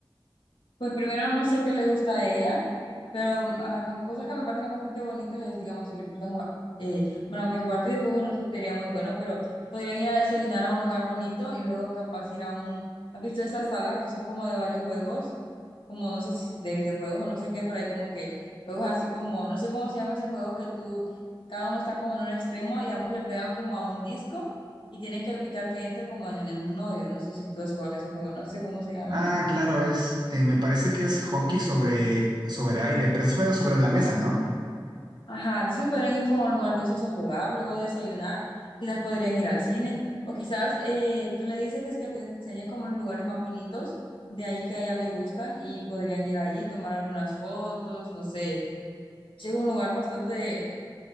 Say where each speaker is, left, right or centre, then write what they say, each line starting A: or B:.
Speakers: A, on the left; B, on the right.
A: Pues primero no sé qué le gusta a ella, pero ah, con cosas que me parecen bastante bonitas es, digamos, si le gusta jugar, eh, bueno, que jugar videojuegos no sé si sería muy bueno, pero podrían ir a desayunar a un lugar bonito y luego capaz ir a un, ¿has visto esas salas que son como de varios juegos? Como no sé si de videojuegos o no sé qué, pero hay como que juegos así como, no sé cómo se llama ese juego que tú, cada uno está como en un extremo y ambos le pegan como a un disco y tienen que evitar que entre como en, en un hoyo, no sé si tú has jugado ese juego, no sé cómo se llama.
B: Ah, claro, es, eh, me parece que es hockey sobre, sobre aire, pero se juega sobre la mesa, ¿no?
A: Ajá, entonces podrían ir como a un lugar de esos a jugar, luego de desayunar, quizás podrían ir al cine, o quizás eh, tú le dices que te enseñe como los lugares más bonitos de ahí que a ella le gustan y podrían ir ahí, tomar algunas fotos, no sé, llega un lugar bastante